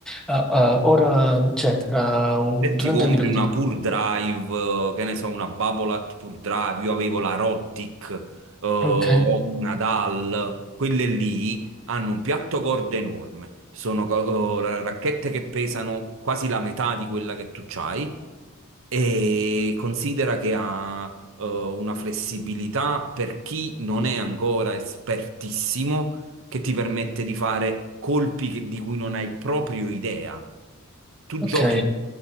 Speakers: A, in the centre; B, on the right.
A: eh, eh, ora, cioè, tra un
B: Se
A: 30
B: ti compri
A: minuti.
B: una Pure Drive, eh, che ne so, una Babolat Pure Drive, io avevo la Roddick, eh, o
A: Ok,
B: una DAL, quelle lì hanno un piatto corda enorme, sono co- eh, ra- racchette che pesano quasi la metà di quella che tu c'hai e considera che ha eh, una flessibilità per chi non è ancora espertissimo che ti permette di fare colpi che- di cui non hai proprio idea. Tu
A: ok.
B: giochi,